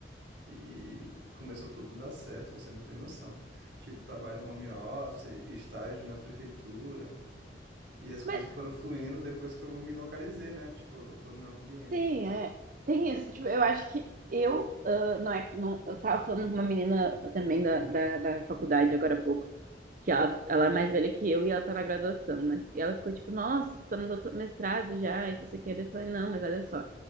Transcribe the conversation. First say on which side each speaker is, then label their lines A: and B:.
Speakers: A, on the right; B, on the right.
A: e começou tudo a dar certo, você não tem noção. Tipo, trabalho home office, estágio na prefeitura, e as coisas
B: Mas
A: foram fluindo depois que eu me localizei, né? Tipo, eu tô no meu ambiente.
B: tem, é. Tem isso. Tipo, eu acho que eu. ah, não é. Não, eu tava falando com uma menina também da, da, da faculdade agora há pouco. que ela, ela é mais velha que eu e ela tá na graduação, né? E ela ficou tipo, nossa, você tá no doutor- mestrado já, e que você quer? Eu falei, não, mas olha só,